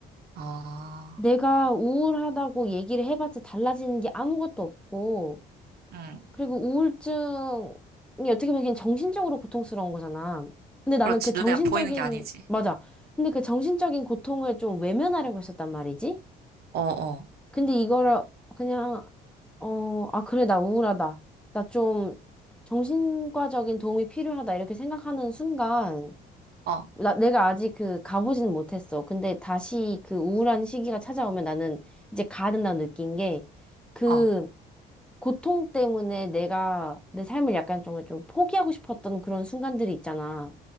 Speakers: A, on the right; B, in the centre.
A: 어,
B: 내가 우울하다고 얘기를 해봤자 달라지는 게 아무것도 없고
A: 응.
B: 그리고 우울증이 어떻게 보면 그냥 정신적으로 고통스러운 거잖아. 근데 나는
A: 그렇지.
B: 그
A: 눈에
B: 정신적인
A: 보이는 게 아니지.
B: 맞아. 근데 그 정신적인 고통을 좀 외면하려고 했었단 말이지.
A: 어, 어,
B: 근데 이거를 그냥, 어, 아, 그래, 나 우울하다. 나 좀 정신과적인 도움이 필요하다. 이렇게 생각하는 순간,
A: 어,
B: 나, 내가 아직 그 가보지는 못했어. 근데 다시 그 우울한 시기가 찾아오면 나는 이제 가야 된다고 느낀 게, 그
A: 어.
B: 고통 때문에 내가 내 삶을 약간 정말 좀 포기하고 싶었던 그런 순간들이 있잖아.